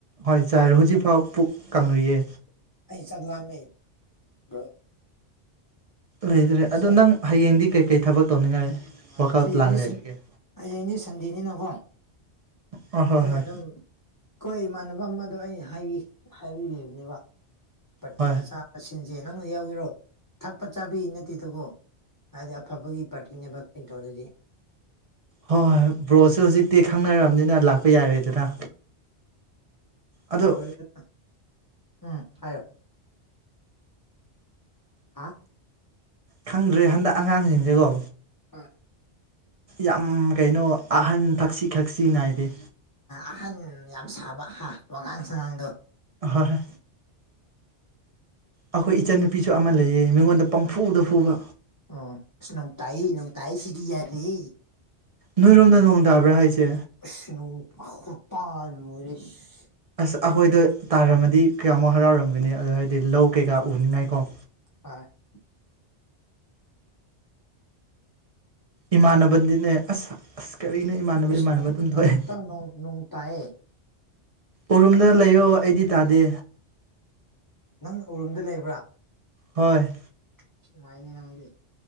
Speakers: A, on the right; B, on the left.
A: ꯍꯣꯏ ꯆꯥꯔꯦ
B: ꯀꯣ
A: ꯍꯧꯖꯤꯛꯐꯥꯎ ꯄꯨꯛ ꯀꯪꯔꯤꯌꯦ
B: ꯑꯩ ꯆꯥꯛ ꯂꯥꯝꯃꯦ ꯕ꯭ꯔꯣ
A: ꯂꯩꯗ꯭ꯔꯦ ꯑꯗꯣ
B: ꯆꯥꯛ
A: ꯅꯪ ꯍꯌꯦꯡꯗꯤ ꯀꯩꯀꯩ ꯊꯕꯛ ꯇꯧꯅꯤꯡꯉꯥꯏ ꯋꯥꯈꯜ
B: ꯍꯌꯦꯡꯗꯤ
A: ꯄ꯭ꯂꯥꯟ ꯂꯩꯔꯤꯒꯦ
B: ꯁꯟ ꯍꯌꯦꯡꯗꯤ ꯁꯟꯗꯦꯅꯤꯅ ꯀꯣ
A: ꯑ ꯍꯣꯏ
B: ꯑꯩ
A: ꯍꯣꯏ
B: ꯑꯗꯨꯝ ꯈꯣꯏ ꯏꯃꯥꯟꯅꯕ ꯑꯃꯗꯣ ꯑꯩ ꯍꯥꯏꯕꯤ ꯍꯥꯏꯕꯤꯈꯤꯕꯅꯦꯕ ꯄꯥꯔꯇꯤ
A: ꯍꯣꯏ
B: ꯃꯆꯥ ꯑ ꯁꯤꯟꯁꯦ ꯅꯪꯅ ꯌꯥꯎꯒꯦꯔꯣ ꯊꯛꯄ ꯆꯥꯕꯤ ꯅꯠꯇꯦꯗꯀꯣ ꯍꯥꯏꯗꯤ ꯑꯐꯕꯒꯤ ꯄꯥꯔꯇꯤꯅꯦꯕ ꯑꯩ ꯇꯧꯔꯗꯤ
A: ꯍꯣꯏ ꯍꯣꯏ ꯕ꯭ꯔꯣꯁꯨ ꯍꯧꯖꯤꯛꯇꯤ ꯈꯪꯅꯔꯕꯅꯤꯅ ꯂꯥꯛꯄ ꯌꯥꯔꯦꯗꯅ ꯑꯗꯣ
B: ꯇꯧꯔꯤ <unintelligible> ꯎꯝ ꯍꯥꯏꯌꯣ ꯍꯥ
A: ꯈꯪꯗ꯭ꯔꯦ ꯍꯟꯗꯛ ꯑꯉꯥꯡꯁꯤꯡꯁꯦꯀꯣ
B: <unintelligible>
A: ꯌꯥꯝ ꯀꯩꯅꯣ ꯑꯍꯟ ꯊꯛꯁꯤ ꯈꯛꯁꯤ ꯅꯥꯏꯗꯦ
B: ꯑꯍꯟ ꯌꯥꯝ ꯁꯥꯕ ꯍꯥ ꯋꯥꯉꯥꯡ ꯁꯉꯥꯡꯗꯣ
A: ꯍꯣꯏ ꯍꯣꯏ ꯑꯩꯈꯣꯏ ꯏꯆꯟꯅꯨꯄꯤꯁꯨ ꯑꯃ ꯂꯩꯌꯦ ꯃꯤꯉꯣꯟꯗ ꯄꯝꯐꯨꯗ ꯐꯨꯕ
B: ꯑꯣ ꯅꯣꯡ ꯇꯥꯏ ꯅꯣꯡꯇꯥꯏ ꯁꯤꯗꯤ <unintelligible>
A: ꯅꯣꯏꯔꯣꯝꯗ ꯅꯣꯡ ꯇꯥꯕ꯭ꯔꯥ ꯍꯥꯏꯁꯦ
B: ꯏꯁ ꯅꯣꯡ ꯈꯨꯇ ꯂꯣꯢꯔꯦ ꯏꯁ
A: ꯑꯁ ꯑꯩꯈꯣꯏꯗꯣ ꯇꯥꯔꯝꯃꯗꯤ ꯀꯌꯥꯃꯨꯛ ꯍꯔꯥꯎꯔꯝꯒꯅꯤ ꯑꯗꯣ ꯍꯥꯏꯗꯤ ꯂꯧ ꯀꯩꯀꯥ ꯎꯅꯤꯡꯉꯥꯏꯀꯣ
B: <unintelligible>
A: ꯏꯃꯥꯟꯅꯕꯗꯤꯅꯦ ꯑꯁ ꯑꯁ ꯀꯔꯤꯅ ꯏꯃꯥꯟꯅꯕ
B: ꯏꯁ
A: ꯏꯃꯥꯟꯅꯕ
B: ꯅꯣꯡ
A: ꯑꯗꯨꯝ ꯊꯣꯛꯑꯦ
B: ꯇ ꯅꯣꯡ ꯅꯣꯡ ꯇꯥꯏꯌꯦ
A: ꯎꯔꯨꯝꯗ ꯂꯩꯌꯣ ꯑꯩꯗꯤ ꯇꯥꯗꯦ
B: ꯅꯪ ꯎꯔꯨꯝꯗ ꯂꯩꯕ꯭ꯔꯥ
A: ꯍꯣꯏ
B: <unintelligible> ꯅꯪꯗꯤ